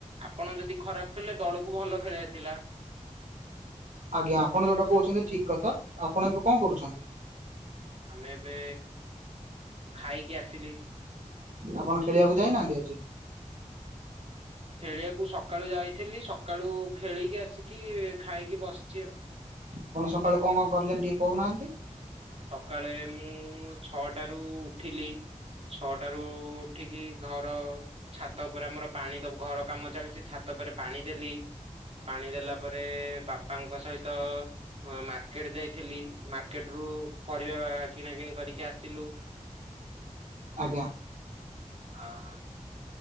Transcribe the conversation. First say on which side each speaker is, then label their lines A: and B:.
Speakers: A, on the right (about 50°); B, on the right (about 75°).
A: ଆପଣ ଯଦି ଖରାପ ଖେଳିଲେ ଦଳକୁ ସବୁ ଭଲ ଖେଳିବାରେ ଥିଲା।
B: ଆଜ୍ଞା ଆପଣ ଯୋଉଟା କହୁଛନ୍ତି ଠିକ କଥା ଆପଣ ଏବେ କଣ କରୁଛନ୍ତି?
A: ଆମେ ଏବେ ଖାଇକି ଆସିଲି।
B: ଆପଣ ଖେଳିବାକୁ ଯାଇନାହାନ୍ତି ଆଜି?
A: ଖେଳିବାକୁ ସକାଳୁ ଯାଇଥିଲି ସକାଳୁ ଖେଳିକି ଆସିି କି ଖାଇକି ବସିଛି ଆଉ।
B: ଆପଣ ସକାଳୁ କଣ କଣ କରିଲଣି ଟିକେ କହୁନାହାନ୍ତି?
A: ସକାଳେ ମୁଁ ଛଅଟାରୁ ଉଠିଲି। ଛଅଟ ର ଉଠିକି ଘର ଛାତ ଉପରେ ଆମର ପାଣିବ ଘର କାମ ଚାଲିଛି ଛାତ ତାପରେ ପାଣି ଦେଲି। ପାଣି ଦେଲା ପରେ ବାପାଙ୍କ ସହିତ ମାର୍କେଟ ଯାଇଥିଲି ମାର୍କେଟ ରୁ ପରିବା କିଣାକିଣି କରିକି ଆସିଲୁ।
B: ଆଜ୍ଞା
A: ହ <inaudible>